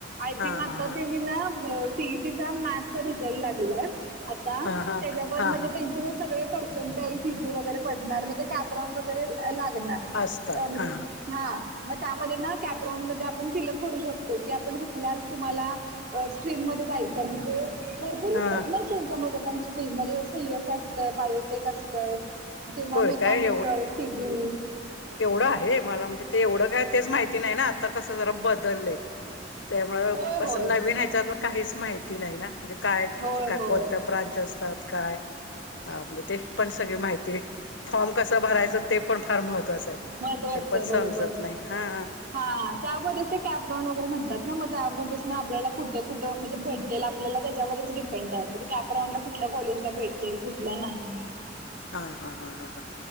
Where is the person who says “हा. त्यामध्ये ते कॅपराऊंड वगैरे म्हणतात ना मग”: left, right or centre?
Right